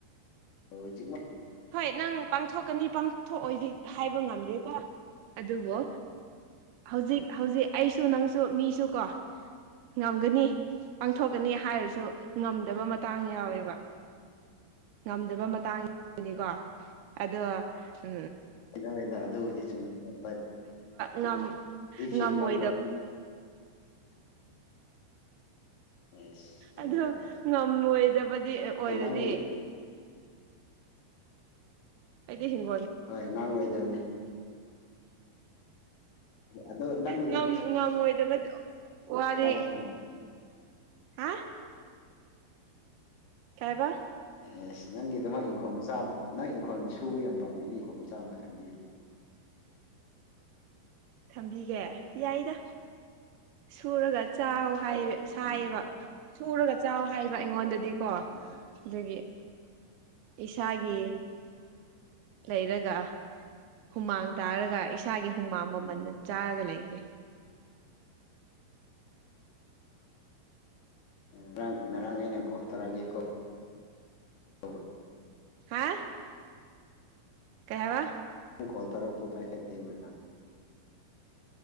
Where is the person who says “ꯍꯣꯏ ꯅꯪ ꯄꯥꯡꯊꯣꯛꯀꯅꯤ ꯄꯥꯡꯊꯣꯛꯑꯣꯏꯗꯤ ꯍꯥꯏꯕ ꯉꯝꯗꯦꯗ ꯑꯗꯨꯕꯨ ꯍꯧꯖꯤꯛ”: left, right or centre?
Right